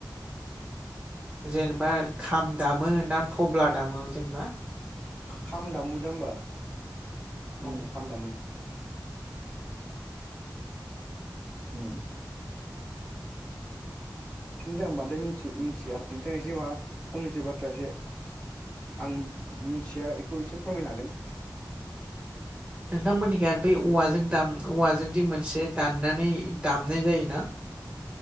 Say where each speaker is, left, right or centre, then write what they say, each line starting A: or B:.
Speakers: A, on the right; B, on the left.
A: जेनेबा खाम दामो ना थब्ला दामो जेनेबा?
B: खाम दामोदा होनबा
A: औ
B: उम खाम दामो। उम <unintelligible> जाम्बादै मि मिथिया नोंथांङा एसे माबा फंनैसो बाथ्रा एसे आं मिथिया इखौ एसे फोरमायनो हागोन। <inaudible>
A: नोंथांमोननिखै आरो बै औवाजों दाम औवाजों दि मोनसे दाननानै दामनाय जायोना?